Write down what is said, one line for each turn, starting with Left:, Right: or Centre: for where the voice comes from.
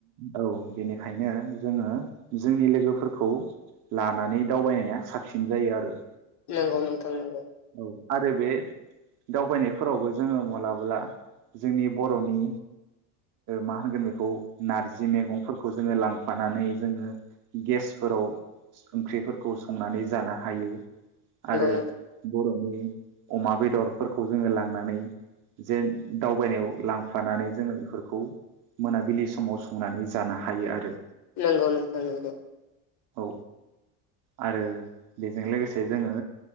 Right: औ औ बेनिखायनो जोङो जोंनि लोगोफोरखौ लानानै दावबायनाया साबसिन जायो आरो
Left: नंगौ नोंथां नंगौ
Right: औ आरो बे दावबायनायफोरावबो जोङो मलाबोला जोंनि बरनि मा ओ होनगोन बे खौ नारजि मेगंफोरखौ जोङो लांफानानै जोङो गेसफोराव ओंख्रिफोरखौ संनानै जानो हायो। आरो
Left: नोंथां
Right: बर <unintelligible> अमा बेदरफोरखौ जोङो लांनानै जेन दावबायनायाव लांफानानै जोङो बेफोरखौ मोनाबिलि समाव संनानै जानो हायो आरो
Left: नोंगौ नोंथां नोंगौ।
Right: औ आरो बेजों लोगोसे जोङो